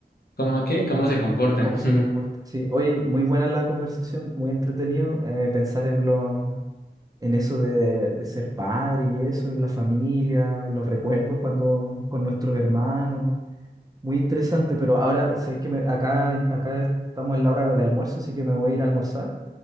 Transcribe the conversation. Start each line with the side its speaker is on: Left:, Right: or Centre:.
Left: cómo, qué, cómo se comportan.
Right: cómo se
Left: <laughs>
Right: comporta. Sí, oye, muy buena la conversación, muy entretenido eh, pensar en los en eso de, de ser padre y eso, en la familia, en los recuerdos cuando con nuestros hermanos. Muy interesante, pero ahora sabes que acá, acá estamos en la hora de almuerzo, así que me voy a ir a almorzar.